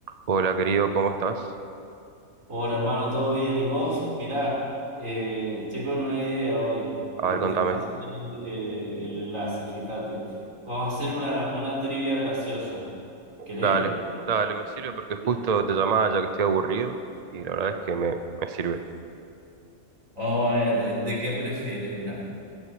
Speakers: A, on the right; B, on the right.
A: Hola querido, ¿cómo estás?
B: Hola hermano, ¿todo bien? ¿Y vos? Mirá, eh, estoy con una idea hoy.
A: A
B: Te,
A: ver, contame.
B: te paso el, eh, el enlace, fíjate. Vamos a hacer una, una trivia graciosa. ¿Querés?
A: Dale, dale, me sirve
B: Sí.
A: porque justo te llamaba ya que estoy aburrido y la verdad es que me, me sirve.
B: Vamos a ver, ¿de, de qué prefieres? Mirá.